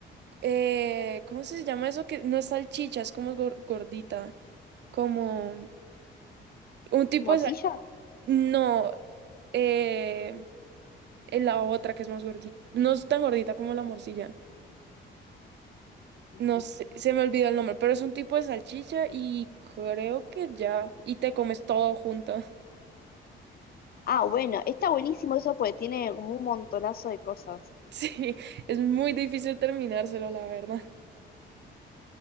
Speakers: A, on the right; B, on the left.
A: eh, ¿cómo se llama eso? Que no es salchicha, es como gor- gordita, como un tipo
B: ¿Morcilla?
A: de sal- No, eh, en la otra que es más gordita, no es tan gordita como la morcilla.
B: Mm.
A: No sé, se me olvidó el nombre, pero es un tipo de salchicha y creo que ya. Y te comes todo junto. <laughs>
B: Ah, bueno, está buenísimo eso porque tiene como un montonazo de cosas.
A: Sí, es muy difícil terminárselo, la verdad.